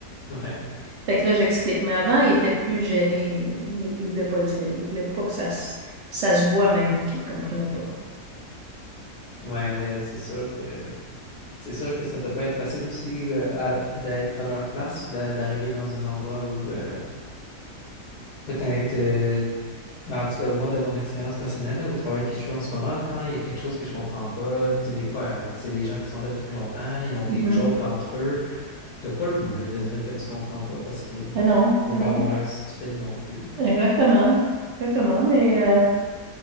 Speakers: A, on the left; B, on the right.
A: Ouais,
B: Fait que là, j'explique. Mais avant, il était plus gêné. Il, il voulait pas le dire. Il voulait pas que ça se, ça se voit même qu'il comprenait pas.
A: ouais, ben, c'est sûr que c'est sûr que ça doit pas être facile aussi euh, à- d'être à leur place, d'a- d'arriver dans un endroit où euh, Peut-être euh, Ben, en tout cas, moi, de mon expérience personnelle, là, au travail que je suis en ce moment, quand il y a quelque chose que je comprends pas, tu sais, des fois, euh, c'est des gens qui sont là depuis longtemps, ils ont des
B: Mhm.
A: jokes entre eux. T'as pas le goût, là, de dire que tu comprends pas parce que
B: Mais
A: tu
B: non,
A: veux
B: mais
A: pas
B: non.
A: avoir l'air stupide non plus.
B: Exactement. Exactement. Mais euh,